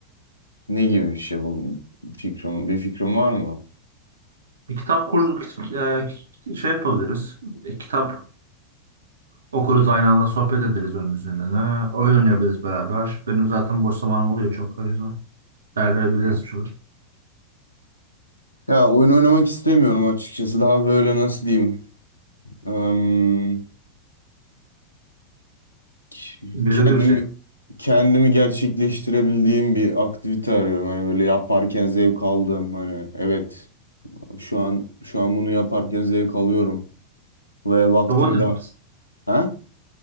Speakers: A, on the left (about 85°); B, on the right (about 70°).
A: ne gibi bir şey bu fikrim, bir fikrim var mı?
B: Bir kitap kurdu e, şey yapabiliriz. E, kitap okuruz aynı anda sohbet ederiz onun üzerine. Oyun oynayabiliriz beraber. Benim zaten boş zamanım oluyor çok o yüzden. Değerlendirebiliriz bir şeyler.
A: Ya oyun oynamak istemiyorum açıkçası. Daha böyle nasıl diyeyim? Em, k-
B: Verimli
A: kendimi
B: bir şey.
A: kendimi gerçekleştirebildiğim bir aktivite arıyorum. Hani böyle yaparken zevk aldığım hani evet şu an şu an bunu yaparken zevk alıyorum ve vaktimi
B: Robot yaparız.
A: de ha?